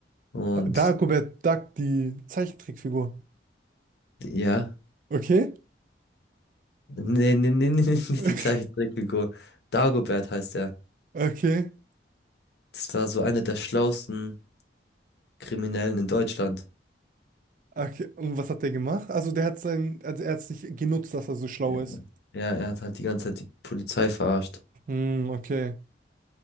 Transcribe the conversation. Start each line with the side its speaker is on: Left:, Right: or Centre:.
Left: und
Right: Dagobert Duck, die Zeichentrickfigur.
Left: ja.
Right: Okay,
Left: Nee, nee, nee, nee, <laughs> nicht
Right: <laughs>
Left: die Zeichentrickfigur. Dagobert heißt er.
Right: okay,
Left: Das war so einer der schlauesten Kriminellen in Deutschland.
Right: okay. Und was hat der gemacht? Also der hat sein, also er hat es nicht genutzt, dass er so schlau
Left: Ja,
Right: ist.
Left: Ja, er hat halt die ganze Zeit die Polizei verarscht.
Right: Hm, okay.